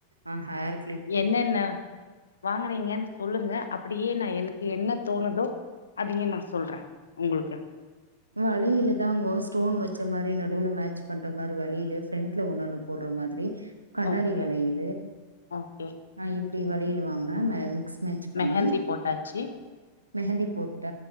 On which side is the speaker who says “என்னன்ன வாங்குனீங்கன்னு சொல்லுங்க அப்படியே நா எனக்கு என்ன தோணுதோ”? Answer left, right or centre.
Left